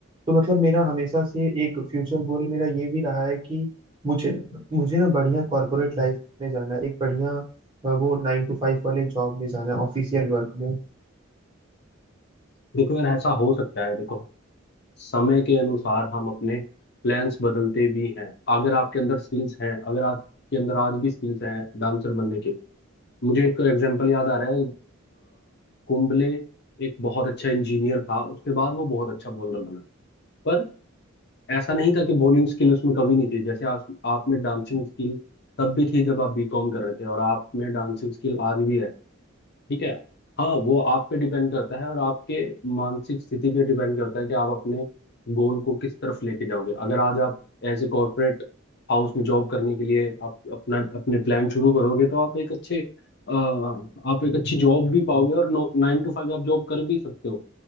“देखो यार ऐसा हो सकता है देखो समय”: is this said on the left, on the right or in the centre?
Left